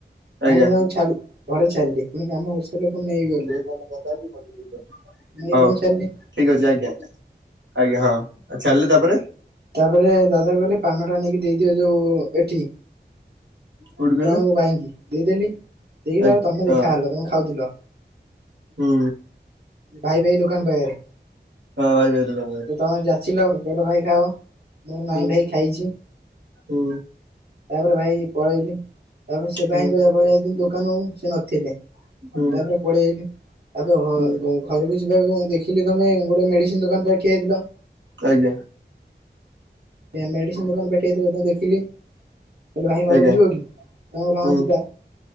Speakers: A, on the right (about 85°); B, on the right (about 60°).
A: ଆଜ୍ଞା।
B: ଆଣିକି ତାଙ୍କୁ ଘରେ ଚାଲିଲି ପୁଣି କାମ କର ହେଲେ ପୁଣି ନେଇ ଗଲି
A: ସେଇ ଫୋନରେ କଥା ହଉଛି ପଠେଇ ଦେଇଥିବ।
B: ନେଇକି
A: ହଉ
B: ତାଙ୍କୁଁ ଛାଡିଲି।
A: ଠିକ ଅଛି ଆଜ୍ଞା ଆଜ୍ଞା ହଁ ଅ ଚଡ଼ିଲେ ତାପରେ
B: ତାପରେ ଦାଦା କହିଲେ ପାନ ଟା ନେଇକି ଦେଇଦିଅ ଯୋଉ ଏଠି
A: କୋଉଠି କହିଲେ
B: ଜଣକୁ ଭାଇକି ଦେଇଦେଲି। ଦେଇକି
A: ଆଜ୍ଞା
B: ତ ତମେ
A: ହଁ।
B: ଦେଖା ହେଲ ତମେ ଖାଉଥିଲ
A: ହୁଁ
B: ଭାଇ ଭାଇ ଦୋକାନ ପାଖରେ
A: ହଁ <unintelligible> ଭାଇ ଦୋକାନ <unintelligible>
B: ତ ତମେ ଯାଚିଲ କହିଲ ଭାଇ ଖାଅ ମୁଁ
A: ହୁଁ
B: ନାଇଁ ଭାଇ ଖାଇଛି।
A: ହୁଁ
B: ତାପରେ ଭାଇ ପଳେଇଲି। ତାପରେ ସେ ଭାଇଙ୍କ
A: ହୁଁ
B: ଯପ ଯାଇଥିଲ ଦୋକାନ ସେ ନଥିଲେ
A: ହୁଁ
B: ତାପରେ ପଳେଇ ଆଇଲି। ତା ପ
A: ହୁଁ
B: ଘରକୁ ଯିବାକୁ ଦେଖିଲି ତମେ ଗୋଟେ ମେଡିସିନ ଦୋକାନ ପାଖରେ ଠିଆ ହେଇଥିଲ।
A: ଆଜ୍ଞା।
B: ମେଡିସିନ ଦୋକାନ ପାଖେ ଠିଆ ହେଇଥିବା ଦେଖିଲି। ଦେଖିଲି କଲେ ଭାଇ ଘରକୁ
A: ଆଜ୍ଞା
B: ଯିବ କି ତମ କହିଲ
A: ହୁଁ
B: ହଁ ଯିବା।